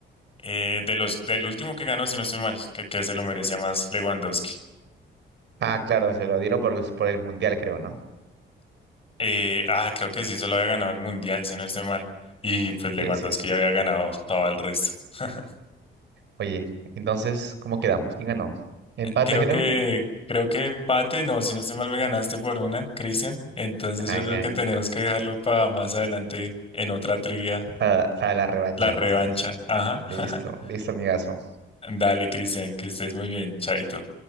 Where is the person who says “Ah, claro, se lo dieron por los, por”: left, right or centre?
Right